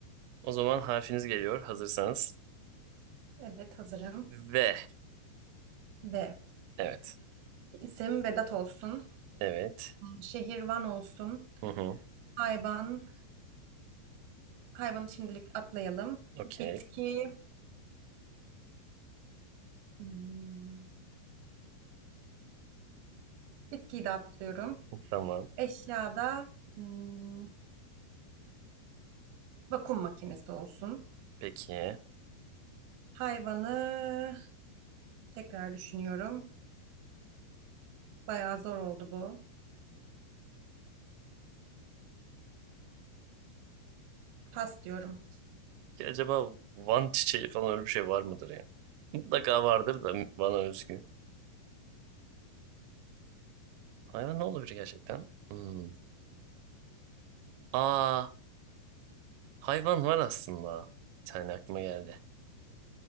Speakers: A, on the right (about 90°); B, on the right (about 70°).
A: O zaman harfiniz geliyor. Hazırsanız.
B: Evet, hazırım.
A: V.
B: Ve
A: Evet.
B: isim Vedat olsun.
A: Evet.
B: Şehir Van olsun.
A: Hı hı.
B: Hayvan, hayvanı şimdilik atlayalım.
A: Okey.
B: Bitki, hmm, bitkiyi de atlıyorum.
A: Tamam.
B: Eşyada hmm, vakum makinesi olsun.
A: Peki.
B: Hayvanı tekrar düşünüyorum. Bayağı zor oldu bu. Pas diyorum.
A: Ki acaba Van çiçeği falan öyle bir şey var mıdır ya? Mutlaka vardır da bana özgü. Hayvan ne olabilir gerçekten? Hmm. Aa. Hayvan var aslında. Bir tane aklıma geldi.